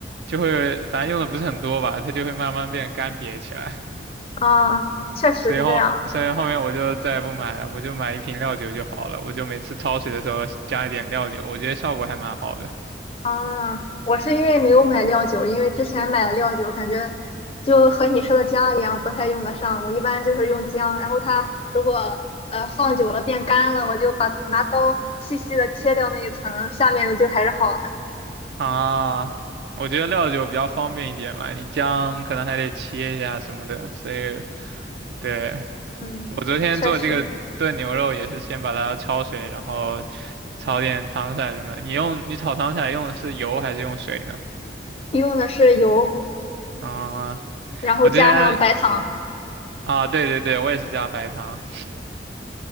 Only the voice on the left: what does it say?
啊，确实是这样。
啊，我是因为没有买料酒，因为之前买的料酒，感觉就和你说的姜一样，不太用得上。我一般就是用姜，然后它如果呃放久了变干了，我就把拿刀细细的切掉那一层儿下面的就还是好的。
嗯，
确实
用的是油，
然后加上白糖，